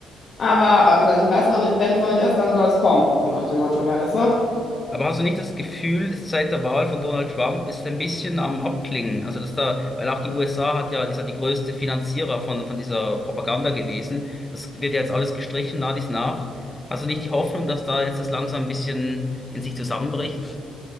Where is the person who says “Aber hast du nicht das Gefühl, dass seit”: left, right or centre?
Left